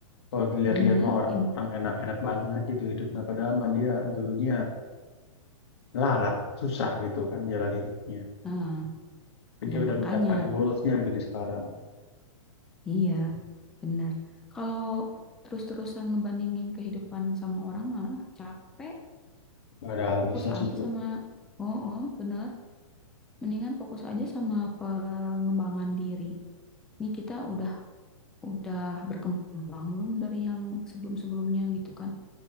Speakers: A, on the left; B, in the centre.
A: Kalau dilihat-lihat
B: Bener,
A: mah orang
B: in,
A: orang enak-enak banget gitu hidup. Nah padahal mah dia dulunya larat, susah gitu kan jalan hidupnya.
B: ah,
A: Tapi dia
B: ya
A: udah
B: makanya,
A: mencapai goalsnya gitu di sekarang.
B: iya, bener. Kalau terus-terusan ngebandingin kehidupan sama orang mah ah, capek,
A: Gak ada habisnya
B: fokus aja
A: sih, Cuk.
B: sama, oh, oh, bener. Mendingan fokus aja sama pengembangan diri. Nih kita udah udah berkembang belum dari yang sebelum-sebelumnya gitu kan.